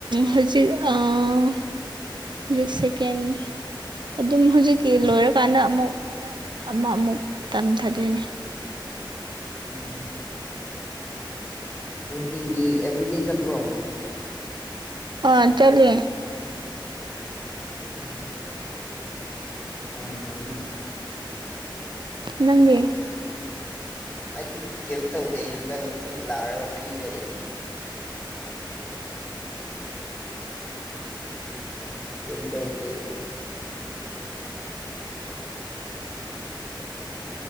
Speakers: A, on the right; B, on the left.
A: ꯍꯧꯖꯤꯛ ꯑꯥ ꯍꯧꯖꯤꯛ ꯁꯦꯀꯦꯟ ꯑꯗꯨꯝ ꯍꯧꯖꯤꯛꯀꯤ ꯂꯣꯏꯔꯀꯥꯟꯗ ꯑꯃꯨꯛ ꯑꯃ ꯑꯃꯨꯛ ꯇꯝꯊꯗꯣꯏꯅꯤ
B: ꯎꯝ ꯅꯨꯡꯇꯤꯒꯤ ꯑꯦꯕ꯭ꯔꯤꯗꯦ ꯆꯠꯄ꯭ꯔꯣ
A: ꯑ ꯆꯂꯦ
B: ꯎꯝ ꯑ ꯐꯥꯏꯅꯦ
A: ꯅꯪꯗꯤ
B: ꯑꯩꯗꯤ ꯀꯩꯝ ꯇꯧꯗꯦ ꯍꯟꯗꯛ ꯂꯥꯛꯔꯒ ꯐ꯭ꯔꯤ ꯂꯩꯔꯤꯅꯤ ꯀꯦꯝ ꯇꯧꯗꯦ